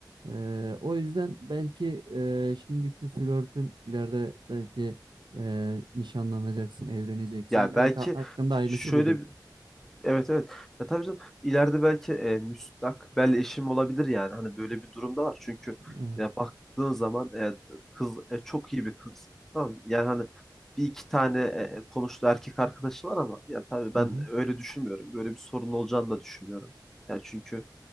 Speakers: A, on the right; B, in the centre.
A: Ee, o yüzden belki e, şimdiki flörtün ileride belki e, nişanlanacaksın, evleneceksin.
B: Yani
A: Belki
B: belki
A: ha- hakkında hayırlısı
B: şöyle
A: budur.
B: Evet evet. Ya tabii canım ileride belki e, müstakbel eşim olabilir yani. Hani böyle bir durumda var. Çünkü
A: Evet.
B: ya baktığın zaman e, kız e, çok iyi bir kız. Tamam mı? Yani hani bir iki tane e, e, konuştuğu erkek arkadaşı var ama ya tabii
A: Hı
B: ben
A: hı.
B: öyle düşünmüyorum. Böyle bir sorun olacağını da düşünmüyorum. Ya çünkü